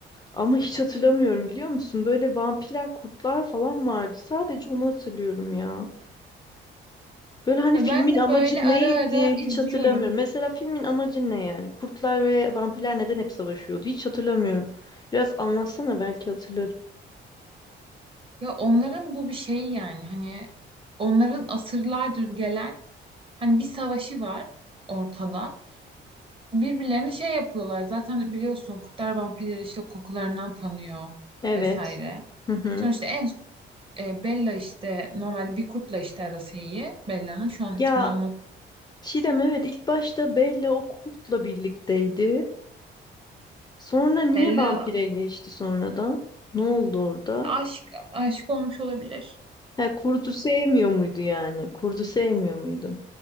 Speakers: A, on the left; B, on the right.
A: Ama hiç hatırlamıyorum biliyor musun? Böyle vampirler, kurtlar falan vardı. Sadece onu hatırlıyorum ya. Böyle hani
B: Ya
A: filmin
B: ben de
A: amacı
B: böyle
A: neydi
B: ara ara izliyorum.
A: hiç hatırlamıyorum. Mesela filmin amacı ne yani? Kurtlar ve vampirler neden hep savaşıyordu? Hiç hatırlamıyorum. Biraz anlatsana belki hatırlarım.
B: Ya onların bu bir şeyi yani hani onların asırlardır gelen hani bir savaşı var ortada. Birbirlerine şey yapıyorlar zaten biliyorsun kurtlar vampirleri işte kokularından tanıyor
A: Evet.
B: vesaire.
A: Hı hı.
B: Sonuçta en E, Bella işte normal bir kurtla işte arası iyi. Bella'nın şu an
A: Ya
B: ismini unut.
A: Çiğdem evet ilk başta Bella o kurtla birlikteydi. Sonra niye
B: Bella
A: vampire geçti sonradan? Ne oldu orada?
B: aşk aşık olmuş olabilir.
A: He, kurdu sevmiyor muydu yani? Kurdu sevmiyor muydu?